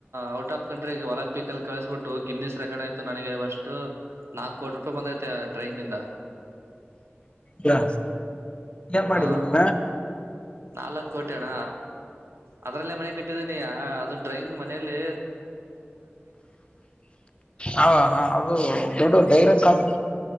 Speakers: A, on the right (about 75°); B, on the left (about 25°).
A: ಔಟ್ ಆಫ್ ಕಂಟ್ರಿ ಒಲಿಂಪಿಕ್ ಅಲ್ಲಿ ಕಳಿಸ್ಬಿಟ್ಟು ಗಿನ್ನಿಸ್ ರೆಗಡ್ ಆಯ್ತು ನನಗೆ ಅಷ್ಟು ನಾಲ್ಕು ಕೋಿ ರೂಪಾಯಿ ಬಂದ್ ಐತೆ ಟ್ರೈಂಗಿಂದ
B: ಹ ನ್ ಮಾಡಿದೀನಿ
A: ಆ ನಾಲ್ಕ್ ಕೋಟೆಣ್ಣ ಅದ್ರಲ್ಲೇ ಮನೆ ಕಟ್ಟಿದ್ದೀನಿ ಅದು ಡ್ರಯಿಂಗ್ ಮನೆಯಲ್ಲಿ
B: ಹ ಹ ಅದು ದೊಡ್ಡ ಧೈರಂಜ ಅದು